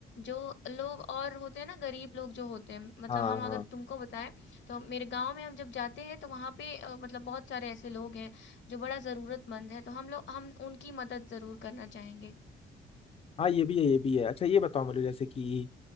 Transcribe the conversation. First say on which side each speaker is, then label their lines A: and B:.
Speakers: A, on the left; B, on the left.
A: जो लोग और होते हैं ना गरीब लोग जो होते हैं मतलब
B: हाँ
A: हम
B: हाँ
A: अगर तुमको बताएं तो मेरे गांव में हम जब जाते हैं तो वहाँ पे अ, मतलब बहुत सारे ऐसे लोग हैं जो बड़ा जरूरतमंद है तो हम लोग हम उनकी मदद जरूर करना चाहेंगे
B: हाँ ये भी है ये भी है अच्छा ये बताओ मुझे जैसे कि